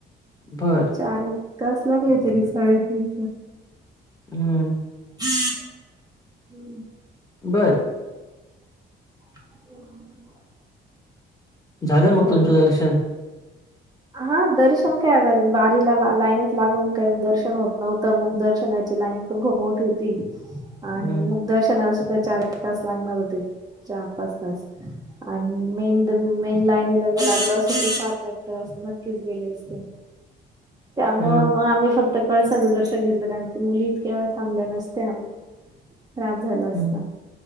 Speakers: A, on the left (about 20°); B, on the right (about 20°).
A: बरं.
B: चार एक तास लागले तरी साडेतीस
A: हम्म
B: <inaudible>
A: बर!
B: <unintelligible>
A: झालं मग
B: चालेल.
A: तुमचं दर्शन?
B: हा दर्शन काय आता बारीला लाईनीत लागून काय दर्शन होत नव्हतं. मग दर्शनाची लाईन घमोट होती. आणि
A: हम्.
B: दर्शनाला सुद्धा चार एक तास लागणार होते, चार पाच तास आणि मेन मेन द लाईनीला जर लागलं असंल ते सात आठ <unintelligible> नक्कीच गेले असते, त्यामुळ
A: हं,
B: मग आम्ही फक्त कळसाचं दर्शन घेतलं कारण की मुली इतक्या वेळ थांबल्या नसत्या त्रास झाला असता.
A: हं.